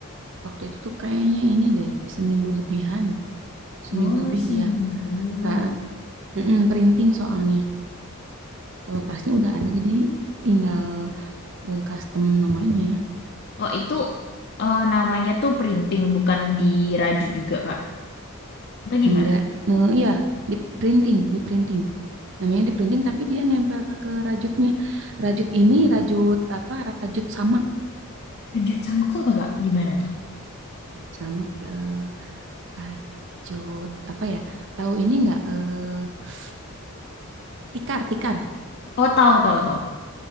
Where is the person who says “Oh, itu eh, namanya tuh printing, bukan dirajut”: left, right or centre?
Left